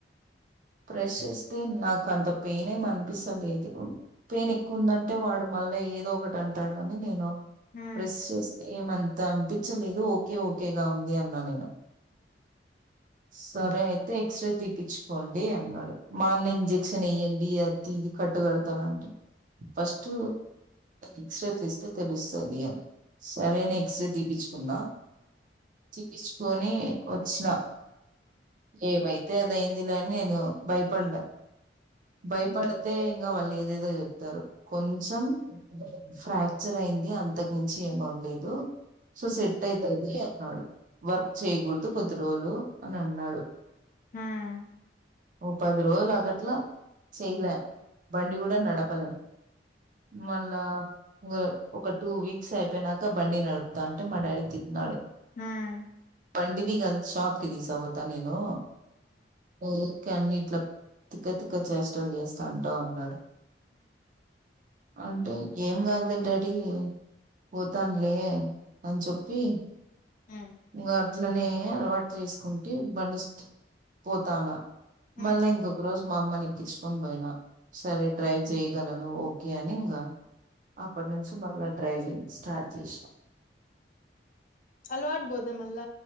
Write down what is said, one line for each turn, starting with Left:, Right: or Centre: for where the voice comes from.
Right: ప్రెష్ చేస్తే నాకు అంత పెయిన్ ఏ అనిపిస్తలేదు పెయిన్ ఎక్కువందంటే వాడు మళ్ళా అలా ఏదో ఒకటి అంటాడు అని నేను
Left: ఉ ఉ ఉ ఉహు ఉ ఉ ఉ ఉ ఉ ఉ ఉ ఉ ఉ ఉ ఉ
Right: ప్రెస్ చూస్తే ఏమంత అనిపించలేదు ఓకే ఓకేగా ఉంది అన్నా నేను సరే అయితే ఎక్స రే తీపుచు కోండి అన్నాడు మా అన్న ఇంజెక్షన్ వయ్యడి అది ఇది కట్టు కడతార అంట ఫస్ట్ ఎక్స్రే తీస్తే తెలుస్తుంది అ సరే అని ఎక్స్రే తీయిపించుకున్నా తిపించుకొని వచ్చిన ఏమైతే అదయింది లేని నేను భయపడ్డా భయపడితే ఇంకా వాళ్ళు ఏదేదో చెప్తారు కొంచెం ఫ్రాక్చర్ అయింది అంతకు మించి ఏమవ్వలేదు సో సెట్ అయితుది అన్నాడు వర్క్ చేయకూడదు కొద్ది రోజులు అని అన్నాడు
Left: హ్మ్
Right: ఓ పది రోజలులాకట్లా చేయాలే బండి కూడా నడపలే మళ్ళా ఇ ఒక టూ వీక్స్ అయిపోయినాక బండి నడుపుతా అంటే మా డాడీ తిటినాడు
Left: హ్మ్
Right: పండవి గల్ షాప్ కి దీసాక పోత నేను ఓకే అన్ని ఇట్లా తిక్క తక్క చేష్టలు చేస్తా అంటా ఉన్నాడు అంటే ఏం కదు లే డాడీ పోతానులే అని చెప్పి
Left: ఉ ఉ ఉ
Right: ఇంకా అలనే అలవాటు చేసుకుంటూ బండి పోతాను
Left: ఉ
Right: మళ్ళా ఇంకొక రోజు మా అమ్మని ఎక్కించుకొని పోయినా సరే డ్రైవ్ చేయగలను ఓకే అని ఇంకా అప్పటి నుంచి మళ్ళా డ్రైవింగ్ స్టార్ట్ చేసినాం
Left: అలవాటు పోతే మళ్ళా